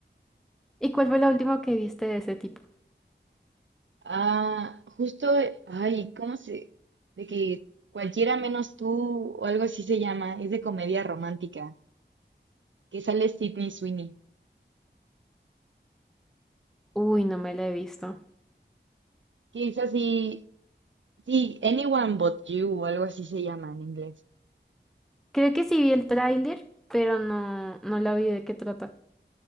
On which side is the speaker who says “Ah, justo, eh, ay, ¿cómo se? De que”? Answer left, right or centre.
Right